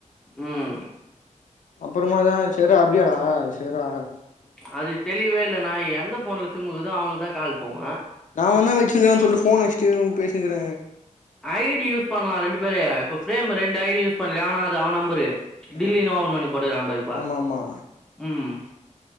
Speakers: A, in the centre; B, on the left (about 70°).
A: ம்
B: அப்புறமாதா சேரா அப்டியடா சேரா
A: அது தெளிவே இல்ல நாயி எந்த ஃபோன்ல சிம்முகுதோ அவுங்ளுக்தா கால் போவோ
B: நா அவன்தா வெச்சின்குறான் சொல்ட்டு ஃபோனு வெஷ்ட்டு பேசினுகிற
A: ஐடி யூஸ் பண்லா ரெண்டு பேரு இப்ப பிரேம்
B: ஆ
A: ரெண்டு ஐடி யூஸ் பண்லியா ஆனா அது அவ நம்பரு டில்லி
B: ஆ
A: இன்னவோ ஒபன் பண்ணி போட்டுக்கிறாம்பாரிப்பா
B: ஆமா ஆமா
A: ம்